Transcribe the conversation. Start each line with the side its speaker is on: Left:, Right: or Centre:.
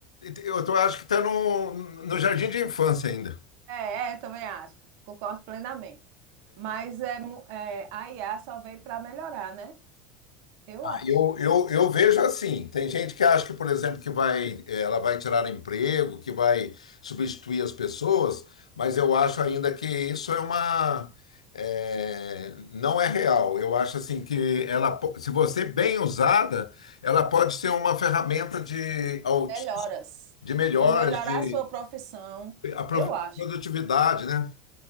Left: Eu tô- acho que está no, no jardim de infância ainda.
Right: É, é, eu também acho, concordo plenamente. Mas é, mu- é, a IA só veio para melhorar, né? Eu acho.
Left: Eu, eu, eu vejo assim, tem gente que acha que, por exemplo, que vai, eh, ela vai tirar emprego, que vai substituir as pessoas, mas eu acho ainda que isso é uma, é, não é real. Eu acho assim que ela, po- se você bem usada, ela pode ser uma ferramenta de, aut-
Right: Melhoras.
Left: de melhoras,
Right: De melhorar
Left: de
Right: a sua profissão,
Left: a pro-
Right: eu acho,
Left: produtividade, né?